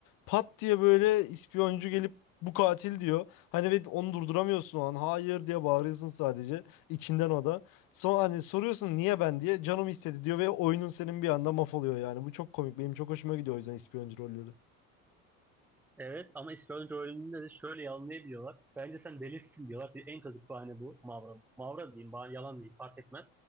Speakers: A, on the left; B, in the centre.
A: pat diye böyle ispiyoncu gelip bu katil diyor. Hani ve onu durduramıyorsun o an hayır diye bağırıyorsun sadece içinden o da. son hani soruyorsun niye ben diye canım istedi diyor ve oyunun senin bir anda mahvoluyor yani bu çok komik benim çok hoşuma gidiyor o yüzden ispiyoncu rolleri.
B: Evet ama İspanyolca öğreniminde de şöyle yalanlayabiliyorlar. Bence sen delisin diyorlar. Bir en kazık bahane bu. Mavra. Mavra diyeyim, bah- yalan diyeyim fark etmez.